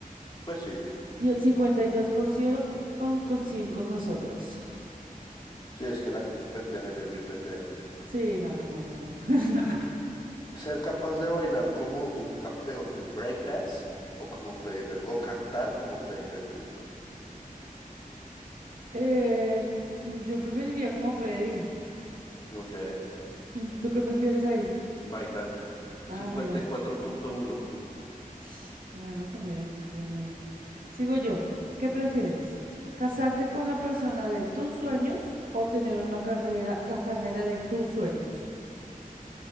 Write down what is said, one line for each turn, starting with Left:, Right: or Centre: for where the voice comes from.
Left: Pues sí,
Right: Y el 52% con, con 100 con nosotros.
Left: sí, es que la gente pendeja, yo es muy pendeja.
Right: Sí, no, qué mamera. <laughs>
Left: Ser capaz de bailar como un campeón de breakdance o como Freddie Mercury, o cantar como Freddie Mercury.
Right: Eh, cum- yo preferiría como Freddy.
Left: Ok,
Right: <laughs> ¿Tú qué prefieres ahí?
Left: bailar.
Right: Ah,
Left: Cincuenta
Right: mira.
Left: y cuatro punto uno.
Right: <sniffs> Bueno, también, bien ahí. Sigo yo. ¿Qué prefieres? ¿Casarte con la persona de tus sueños o tener una carrera, la carrera de tus sueños?